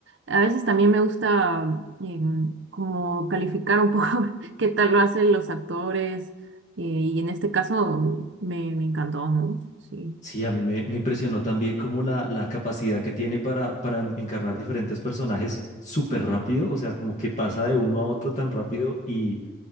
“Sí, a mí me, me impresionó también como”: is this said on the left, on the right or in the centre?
Left